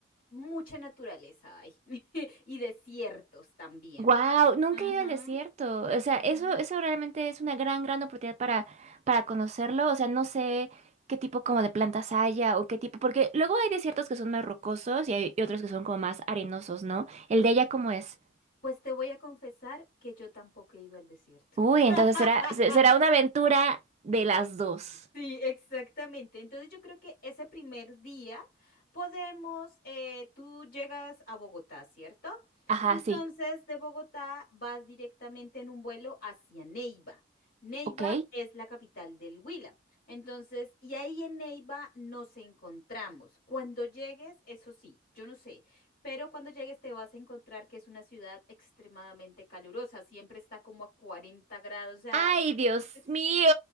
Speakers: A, on the left (about 45°); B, on the right (about 35°).
A: mucha naturaleza hay <laughs> y desiertos también.
B: Wow, nunca
A: Ajá,
B: he ido al desierto. O
A: ujú.
B: sea, eso, eso realmente es una gran, gran oportunidad para, para conocerlo. O sea, no sé qué tipo como de plantas haya o qué tipo, porque luego hay desiertos que son más rocosos y hay y otros que son como más arenosos, ¿no? El de allá cómo es.
A: Pues te voy a confesar que yo tampoco he ido al desierto.
B: Uy, entonces
A: <laughs>
B: será, se- será una aventura de las dos.
A: Sí, exactamente. Entonces yo creo que ese primer día podemos, eh, tú llegas a Bogotá, ¿cierto?
B: Ajá,
A: Entonces
B: sí.
A: de Bogotá vas directamente en un vuelo hacia Neiva. Neiva
B: Ok.
A: es la capital del Huila. Entonces, y ahí en Neiva nos encontramos. Cuando llegues, eso sí, yo no sé, pero cuando llegues te vas a encontrar que es una ciudad extremadamente calurosa. Siempre está como a 40 grados, o sea,
B: Ay, Dios
A: es
B: mío.